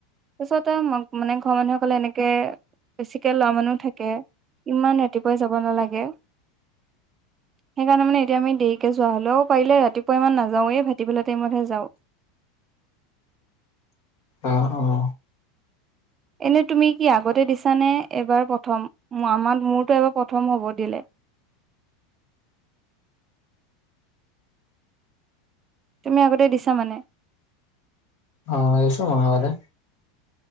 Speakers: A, on the right; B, on the left.
A: তাছত এ ম মানে ঘৰ মানুহে কলে এনেকে বেছিকে লয়া মানুহ থাকে ইমান ৰাতি কৈ যাব নালাগে সেইকাৰণে মানে এতিয়া আমি দেৰিকে যোৱা হলও পাৰিলে ৰাতিপুৱা ইমান নাযাওৱেই ভাটিবেলা টাইমতহে যাওঁ
B: অ অ
A: এনে তুমি কি আগতে দিছানে, এবাৰ প্ৰথম আমাৰ মোৰতো এবাৰ প্ৰথম হ'ব দিলে তুমি আগতে দিছা মানে?
B: অ দিছোঁ মই আগতে